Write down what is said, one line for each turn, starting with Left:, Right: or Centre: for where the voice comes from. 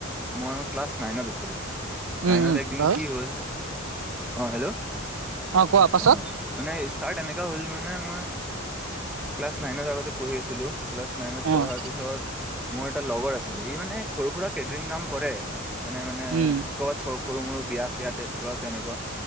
Centre: মই ক্লাছ নাইনত আছিলো। নাইনত
Right: উম, উম,
Centre: একদিন
Right: বাৰু
Centre: কি হ'ল অ হেল্ল'।
Right: কোৱা পাছত
Centre: অ মানে ষ্টাৰ্ট এনেকা হ'ল মানে মই। ক্লাছ নাইনত আগতে পঢ়ি আছিলো ক্লাছ নাইনত পঢ়াৰ।
Right: অ',
Centre: পিছত মোৰ এটা লগৰ আছিলে সি মানে সৰু সুৰা কেটাৰং কাম কৰে। যেনে মানে
Right: উম,
Centre: কত চ সৰু মৰু বিয়া চয়া তেজপুৰত তেনেকুৱা।